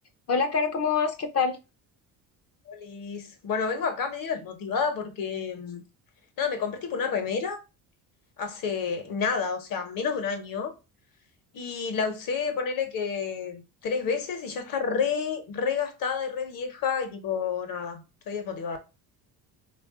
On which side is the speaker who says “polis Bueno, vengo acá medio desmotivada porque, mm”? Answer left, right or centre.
Left